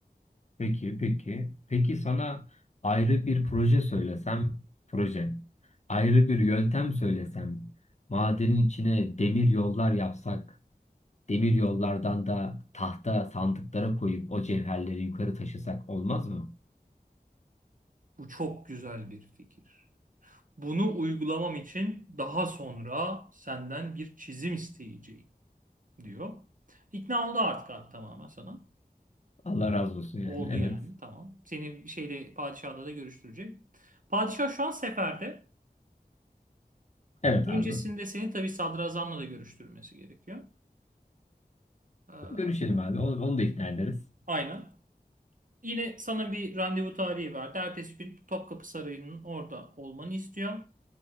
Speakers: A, on the left; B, on the right.
A: Peki, peki. Peki sana ayrı bir proje söylesem, proje. Ayrı bir yöntem söylesem, madenin içine demir yollar yapsak, demir yollardan da tahta sandıklara koyup o cevherleri yukarı taşısak olmaz mı?
B: Bu çok güzel bir fikir. Bunu uygulamam için daha sonra senden bir çizim isteyeceğim diyor. İkna oldu artık abi tamamen sana.
A: Allah razı olsun yani.
B: Oldu
A: Evet.
B: yani. Tamam. Seni şeyle padişahla da görüştürecek. Padişah şu an seferde.
A: Evet abi.
B: Öncesinde seni tabii sadrazamla da görüştürmesi gerekiyor. Ee,
A: Görüşelim abi. Onu, onu da ikna ederiz.
B: aynen. Yine sana bir randevu tarihi verdi. Ertesi gün Topkapı Sarayı'nın orada olmanı istiyor.